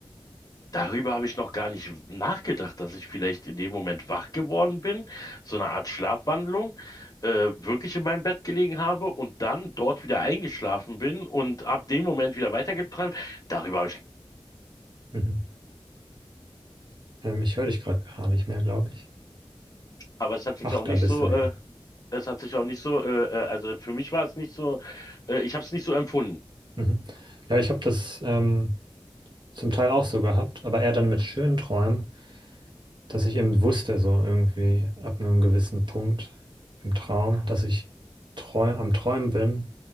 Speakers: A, on the left; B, on the right.
A: Darüber habe ich noch gar nicht nachgedacht, dass ich vielleicht in dem Moment wach geworden bin, so eine Art Schlafwandlung, äh, wirklich in meinem Bett gelegen habe und dann dort wieder eingeschlafen bin und ab dem Moment wieder weitergeträumt. Darüber habe ich
B: Mhm. Ähm, ich höre dich gerade gar nicht mehr, glaube ich.
A: Aber es hat sich
B: Ach,
A: auch
B: da
A: nicht
B: bist
A: so,
B: du wieder.
A: äh, es hat sich auch nicht so, äh, äh, also für mich war es nicht so, äh, ich habe es nicht so empfunden.
B: Mhm. Ja, ich habe das ähm, zum Teil auch so gehabt, aber eher dann mit schönen Träumen, dass ich eben wusste, so irgendwie ab einem gewissen Punkt im Traum, dass ich träu am Träumen bin